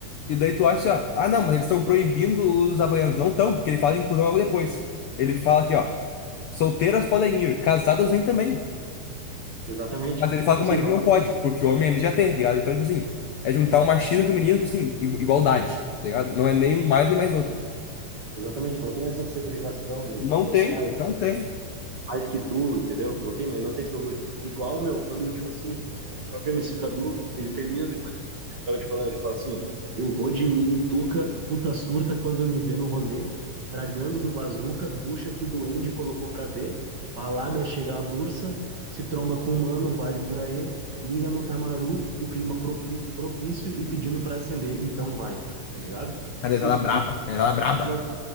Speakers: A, on the left; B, on the right.
A: e daí tu acha, ah, não, mas eles estão proibindo os havaianos. Não estão, porque ele fala de inclusão logo depois. Ele fala aqui, ó, solteiras podem ir, casadas vêm também.
B: exatamente,
A: Mas ele fala
B: tipo
A: que
B: assim,
A: o marido
B: não,
A: não pode, porque o homem ele já tem, tá ligado? Então, tipo assim, é juntar o machismo e o feminismo, tipo assim, igu- igualdade, tá ligado? Não é nem um mais nem mais outro.
B: exatamente, não tem essa segregação, né,
A: Não
B: de, tipo
A: tem,
B: assim, ah,
A: não tem.
B: mais que tu, entendeu? Não tem, não tem esse bagulho. Igual, meu, quando, tipo assim, até o próprio MC Cadu, ele termina depois daquele que eu tava te falando, ele fala assim, ó, eu vou de milho e tuca, puta surta quando me vê no rolê, tragando do bazuca, bucha que o duende colocou pra ver, palada chega a bursa, se tromba com o mano, vale por aí, liga no tamaru, o clima propri- propício e pedindo pra acender, então vai, tá ligado? Tipo
A: A
B: assim,
A: deitada braba. A deitada braba.
B: não, tá